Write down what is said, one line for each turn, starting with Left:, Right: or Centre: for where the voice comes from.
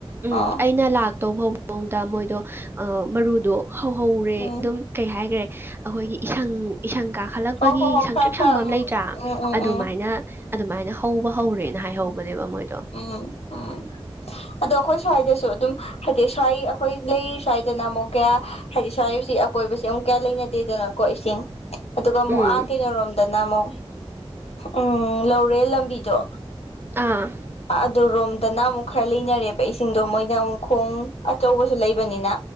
Right: ꯎꯝ
Left: ꯑꯥ
Right: ꯑꯩꯅ ꯂꯥꯛꯇꯧꯕ ꯐꯥꯎ ꯃꯣꯡꯗ ꯃꯣꯏꯗꯣ ꯑꯥ ꯃꯔꯨꯗꯣ ꯍꯧꯍꯧꯔꯦ
Left: ꯎꯝ
Right: ꯑꯗꯨꯝ ꯀꯩ ꯍꯥꯏꯒ꯭ꯔꯦ ꯑꯩꯈꯣꯏꯒꯤ ꯏꯁꯪ ꯏꯁꯪ ꯀꯥ ꯍꯜꯂꯛꯄꯒꯤ
Left: ꯍꯣ ꯍꯣ ꯍꯣ
Right: ꯁꯪꯇ꯭ꯔꯤꯛ
Left: ꯈꯔ
Right: ꯁꯪꯕ
Left: ꯈꯔ
Right: ꯑꯃ
Left: ꯎꯝ
Right: ꯂꯩꯇ꯭ꯔꯥ
Left: ꯎꯝ ꯎꯝ
Right: ꯑꯗꯨꯃꯥꯏꯅ
Left: ꯎꯝ
Right: ꯑꯗꯨꯃꯥꯏꯅ ꯍꯧꯕ ꯍꯧꯔꯦꯅ ꯍꯥꯏꯍꯧꯕꯅꯦꯕ ꯃꯣꯏꯗꯣ
Left: ꯎꯝ ꯎꯝ ꯑꯗꯣ ꯑꯩꯈꯣꯏ ꯁ꯭ꯋꯥꯏꯗꯁꯨ ꯑꯗꯨꯝ ꯍꯥꯏꯗꯤ ꯁ꯭ꯋꯥꯏ ꯑꯩꯈꯣꯏ ꯂꯩꯔꯤ ꯁ꯭ꯋꯥꯏꯗꯅ ꯑꯃꯨꯛ ꯀꯌꯥ ꯍꯥꯏꯗꯤ ꯁ꯭ꯋꯥꯏꯁꯤ ꯑꯀꯣꯏꯕꯁꯤ ꯑꯃꯨꯛ ꯀꯌꯥ ꯂꯩꯅꯗꯦꯗꯅꯀꯣ ꯏꯁꯤꯡ ꯑꯗꯨꯒ ꯑꯃꯨꯛ
Right: ꯎꯝ
Left: ꯑꯥ ꯀꯩꯅꯣꯔꯣꯝ ꯗꯅ ꯑꯃꯨꯛ ꯎꯝ ꯂꯧꯔꯦꯟ ꯂꯝꯕꯤꯗꯣ
Right: ꯑꯥ
Left: ꯑꯗꯨ ꯔꯣꯝꯗꯅ ꯑꯃꯨꯛ ꯈꯔ ꯂꯩꯅꯔꯦꯕ ꯏꯁꯤꯡꯗꯣ ꯃꯣꯏꯅ ꯑꯃꯨꯛ ꯈꯣꯡ ꯑꯆꯧꯕꯁꯨ ꯂꯩ ꯕꯅꯤꯅ